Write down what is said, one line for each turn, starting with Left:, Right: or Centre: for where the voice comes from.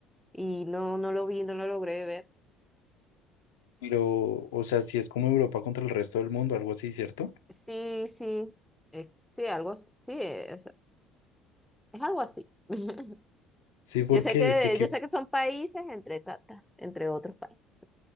Centre: y no, no lo vi, no lo logré ver.
Left: Pero, o sea, sí es como Europa contra el resto del mundo, algo así, ¿cierto?
Centre: Sí, sí, eh, sí, algo, as- sí, es, es algo así. <laughs>
Left: Sí, porque
Centre: Yo sé que,
Left: sé que
Centre: yo sé que son países entre tata, entre otros países.